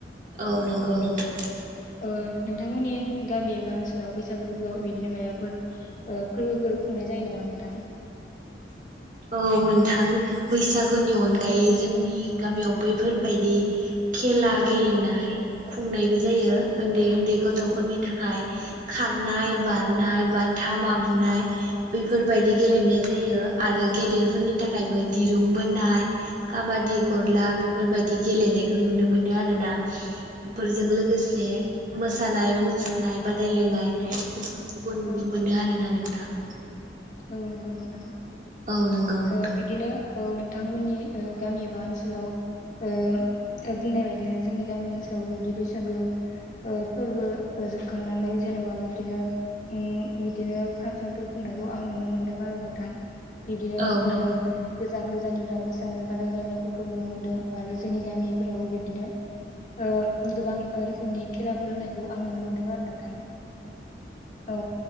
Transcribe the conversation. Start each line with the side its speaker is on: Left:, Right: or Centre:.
Right: औ नंगौ नोंथां।
Left: औ ओ नोंथांमोननि गामि एबा ओनसोलाव बैसागो फोरबोआव बिदिनो मायबाफोर ओ फोरबोफोर खुंनाय जायो नामा नोंथां?
Right: औ नोंथां बैसागु गुनि अनगायै
Left: औ
Right: जोंनि गामियाव बैफोरबायदि खेला
Left: औ
Right: गेले नाय खुंनायबो जायो ओन उन्दै उन्दै गथ'फोरनि
Left: औ
Right: थाखाय खारनाय
Left: औ
Right: बारनाय बा थामा बुनाय बेफोरबायदि गेलेनाय
Left: औ
Right: जायो। आरो गेदेरफोरनि थाखायबो दिरुं बोनाय। काबादि
Left: औ
Right: गरला बेफोरबायदि गेलेनायखौ नुनो मोनो आरोना। बेफोरजों
Left: औ
Right: लोगोसे
Left: नंगौ
Right: मोसानाय मुसुरनाय बादायलायनाय बे खौबो नुनो
Left: औ
Right: मोनो आरोना नोंथां
Left: औ नंगौ नंगौ नोंथां
Right: औ नोंगौ नोंथां
Left: ओ बिदिनो औ नोंथांमोननि ओ गामि एबा ओनसोलाव ओ बुंनाय बायदिनो जोंनि गामि ओनसोलाव बिबदि बैसागो ओ फोरबो जोबखांनानै जेन'बा बिदिनो उम बिदिनो फासनफोर खुंनायखौ आं नुनो मोनदों आरो नोंथां बिदिनो
Right: औ नंगौ
Left: ओ गोजान गोजा जानिफ्राय मोसानाय बादायलायनायफोरखौ नुनो मोनदों आरो जोंनि गामिफोरावबो बिदिनो ओ गोबां रोखोमनि खेलाफोर होनायखौ आं नुनो मोनदों आरो नोंथां औ